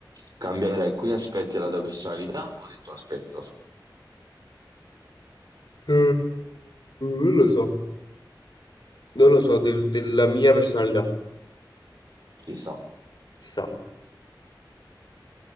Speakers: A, on the right (about 55°); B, on the left (about 70°).
A: Cambiare alcuni aspetti della tua personalità o del tuo aspetto.
B: Eh, non lo so, non lo so, del- della mia personalità,
A: Ci sta.
B: ci sa.